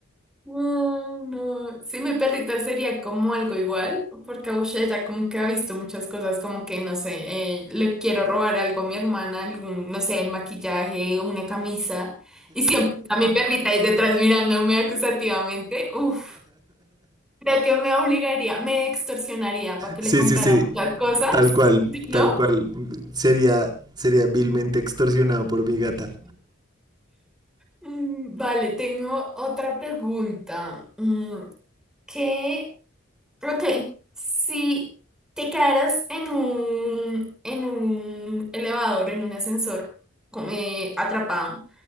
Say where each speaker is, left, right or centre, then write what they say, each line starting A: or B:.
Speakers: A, in the centre; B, on the right.
A: No, no. Sí, mi perrita sería como algo igual, porque ush, ella como que ha visto muchas cosas, como que, no sé, eh, le quiero robar algo a mi hermana, algún, no sé, el maquillaje, una camisa, y siempre a mi perrita ahí detrás mirándome acusativamente. Uf, creo que me obligaría, me extorsionaría para que
B: Sí,
A: le comprara
B: sí, sí.
A: muchas cosas,
B: Tal cual,
A: ¿sí, no?
B: tal cual. Sería, sería vilmente extorsionado por mi gata.
A: Mm, Vale, tengo otra pregunta. Mm, ¿Qué? Ok, si te quedaras en un, en un elevador, en un ascensor, con- eh, atrapado,